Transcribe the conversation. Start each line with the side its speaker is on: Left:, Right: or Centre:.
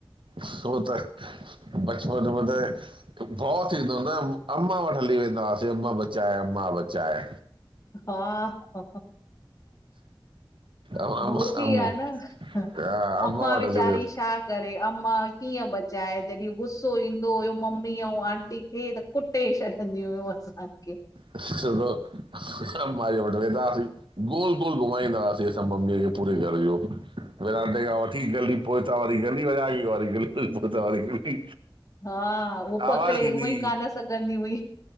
Right: छो त बचपन वधे भउ थींदो न अम्मां वठ हली वेंदा से अम्मा बचाए अम्मा बचाए।
Left: हा हा।
Right: अम्मा
Left: उहो बि
Right: अम्मा
Left: आ न अम्मां
Right: हा अम्मा वटि
Left: वेचारी
Right: हली वेंदा
Left: छा। करे अमां कीअं बचाए जॾहिं गुसो ईंदो हुयो ममी आऊ आंटी खे त। कुटे छॾंदी हुयूं असांखे।
Right: असां सिधो माई वठी वेंदा हुयासी। गोल गोल घुमाईंदाआसीं असांम् मेयो। पूरे घर इहो विरांडे खां वठी गली पो तां वरी गली वञाई वारी पो त वरी। रोटी,
Left: हा उहो
Right: आवाज़
Left: पकड़े
Right: इंदी।
Left: उअई कान सघंदी हुई